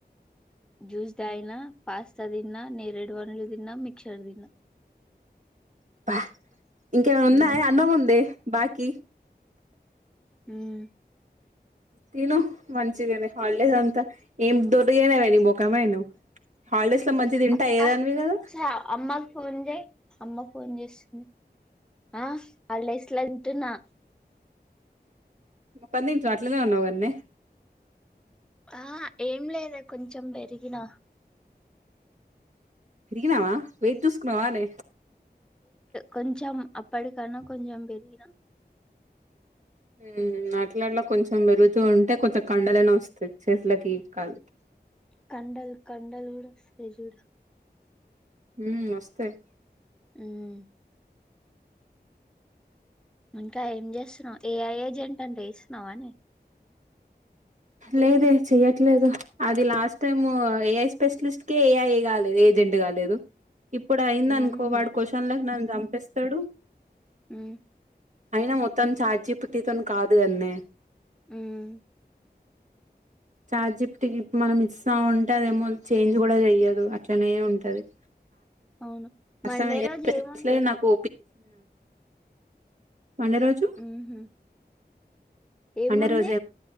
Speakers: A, in the centre; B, on the right.
A: జ్యూస్ దాగనా పాస్తా తిన్నా నేరేడు పనులు తిన్నా మిక్చర్ తిన్నా
B: అబ్బ ఇంకేమైనా ఉన్నాయి
A: ఉమ్
B: అన్నం ఉందే బాకీ
A: మ్మ్
B: తిను మంచిదేలే హల్లేేస్ అంత ఏం దొర్గే నవ ని బ ముఖమను హాలిడేస్ లో మంచి తింటాయేదానివి
A: అక్క
B: కదా
A: సరే, అమ్మకు ఫోన్ చేయి అమ్మ ఫోన్ చేసింది ఆ హల్డేస్ లో అంటున్నా
B: ముంది ఇట్ అట్లనే ఉన్నావు కథనే
A: ఆ ఏం లేదే కొంచెం పెరిగినా
B: పేరిగినావా వెయిట్ చూసుకున్నావా నే
A: కొంచం అప్పటికనా కొంచం పెరిగినా
B: హ్మ్ అట్లా అన్నా కొంచెం పెరుగుతూ ఉంటే కొంచెం కండలేనా వస్తాయి చేతులకి కాళకి
A: కండల్ కండల్డ్ కూడా వస్తాయి చూడు
B: మ్మ్ వస్తాయి
A: మ్మ్ ఇంకా ఏం చేస్తున్నావు ఏఐ ఏజెంట్ అంటే వేస్తున్నావనే
B: లేదే చెయ్యట్లేదు అది లాస్ట్ టైమ్ ఏఐ స్పెషలిస్ట్ క ఏఐ ఎ కాలేదు ఏది <unintelligible> కాలేదు ఇప్పుడు అయింద
A: ఉహు
B: అనుకో వాడు క్వశ్చన్లకు నన్ను సంపేస్తాడు
A: హ్మ్
B: అయినా మొత్తం చాట్ జిపిటి తోని కాదు కద్నె
A: హ్మ్
B: చాట్ జిపిటికి ఇప్పుడు మనం ఇస్త ఉంటే అదేమో చేంజ్ కూడా చెయ్యదు అట్లనే ఉంటది <inaudible>
A: అవును
B: <inaudible>
A: మండే రోజు ఏముంది
B: నాకు మండే రోజు
A: ఉహు ఏముంది
B: మండే రోజు